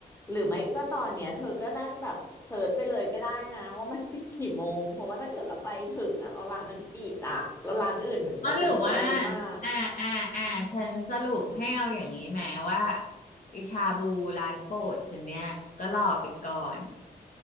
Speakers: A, on the left (about 15°); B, on the left (about 50°).
A: หรือไม่ก็ตอนเนี้ยเธอก็นั่งแบบเสิร์ชไปเลยก็ได้นะว่ามันปิดกี่โมงเพราะว่าถ้าเกิดเราไปถึงอ่ะเราร้านนั้นปิดอ่ะแล้วร้านอื่นมันจะปิดด้วยหรือเปล่า
B: อ๋อหรือว่าอ่าอ่าอ่าฉันสรุปให้เอาอย่างนี้แม้ว่าไอชาบูร้านโปรดฉันเนี่ยก็รอไปก่อน